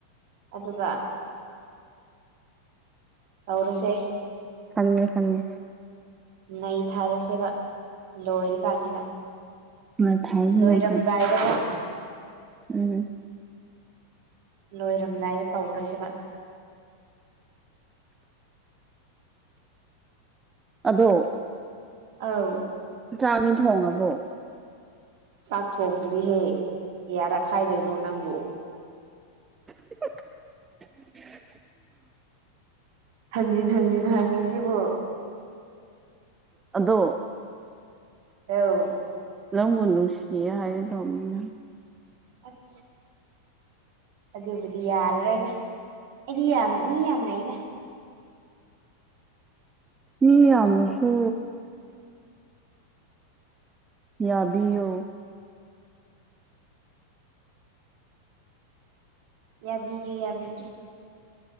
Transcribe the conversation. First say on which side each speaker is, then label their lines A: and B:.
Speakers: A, on the right; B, on the right.
A: ꯑꯗꯨꯒ ꯍꯧꯔꯁꯦ
B: ꯈꯪꯉꯦ ꯈꯪꯉꯦ
A: ꯅꯩ ꯊꯥꯔꯁꯦꯕ ꯂꯣꯏꯔꯤ ꯀꯥꯟꯁꯤꯗ
B: ꯃꯊꯥꯏꯁꯤꯅ
A: ꯂꯣꯏꯔꯝꯗꯥꯏꯗ
B: ꯊꯥꯏ ꯎꯝ
A: ꯂꯣꯏꯔꯝꯗꯥꯏꯗ ꯇꯧꯔꯁꯦꯕ
B: ꯑꯗꯣ
A: ꯑꯥꯎ
B: ꯆꯥꯛꯗꯤ ꯊꯣꯡꯉꯕꯣ
A: ꯆꯥꯛ ꯊꯣꯡ <unintelligible> ꯗꯤꯍꯦꯛ ꯌꯥꯔꯛꯈꯥꯏꯗꯣꯏꯅꯣ ꯅꯪꯕꯨ
B: <unintelligible>
A: ꯍꯟꯖꯤꯟ ꯍꯟꯖꯤꯟ ꯍꯪꯉꯤ ꯁꯤꯕꯨ
B: ꯑꯗꯣ
A: ꯑꯧ
B: ꯂꯪꯒꯨꯟꯗꯨꯡꯁꯤꯩ ꯍꯩ ꯗꯅꯤꯅ <unintelligible>
A: ꯑ꯫ <unintelligible> ꯑꯗꯨꯕꯨꯗꯤ ꯌꯥꯔꯔꯣꯏꯗ ꯑꯩꯗꯤ ꯌꯥꯝ ꯃꯤ ꯌꯥꯝꯅ ꯑꯩꯗ
B: ꯃꯤ ꯌꯥꯝꯃꯁꯨ ꯌꯥꯕꯤꯌꯨ
A: ꯌꯥ ꯕꯤꯒꯦ ꯌꯥꯕꯤꯒꯦ